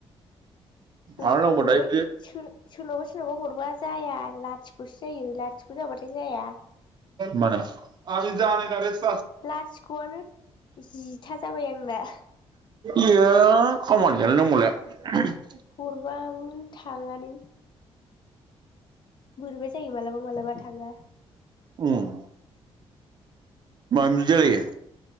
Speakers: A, on the left; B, on the right.
A: सोरनाव
B: आरो नांगौबा
A: हरनो
B: दायो
A: बै
B: बे
A: सोर सोरनावबा सोरनावबा हरबा जाया लाथिख'सो जायो लाथिख' जाबाथाय जाया
B: मानो <unintelligible>
A: लाथिख'आनो जिथा जाबाय आंना
B: इयो खामानि गैयालै नों होमबालाय
A: हरबाबो थाङानो बोरैबा जायो मालाबा मालाबा थाङा
B: उम मानो जायो